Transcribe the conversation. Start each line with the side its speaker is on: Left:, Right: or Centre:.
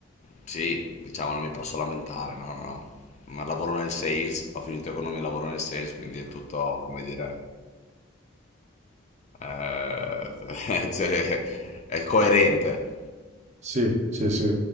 Left: sì, diciamo non mi posso lamentare, no, no, no. Ma lavoro nel sales, ho finito economia e lavoro nel sales, quindi è tutto, come dire, eh, <laughs> cioè, è coerente.
Right: Sì, sì, sì.